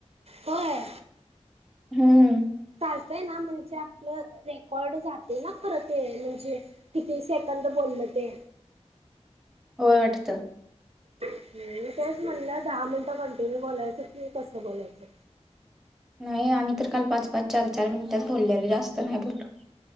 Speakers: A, on the right; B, in the centre.
A: होय.
B: हं हं.
A: चालतय ना म्हणजे आपलं रेकॉर्ड जाते ना खरं ते म्हणजे किती सेकंद बोलल ते.
B: पठत.
A: मी तेच म्हणलं दहा मिनिटं कंटिन्यू बोलायचं कि कसं बोलायचं.
B: नाही आम्ही तर काल पाच पाच चार चार मिनिटच बोललेल जास्त नाही बोललो.